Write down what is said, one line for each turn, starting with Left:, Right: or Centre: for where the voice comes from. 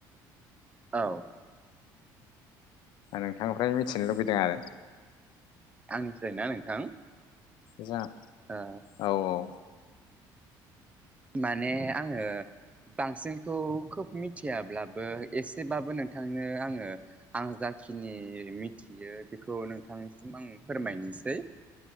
Right: औ
Left: नोंथांनिफ्राय मिथिनो लुबैदों आरो?
Right: आंनिफ्राय ना नोंथां?
Left: जा
Right: ओ
Left: औ औ
Right: माने आङो बांसिनखौ खोब मिथियाब्लाबो एसेबाबो नोंथांनो आङो आं जाखिनि मिथियो बेखौ नोंथांनिसिम आं फोरमायनिसै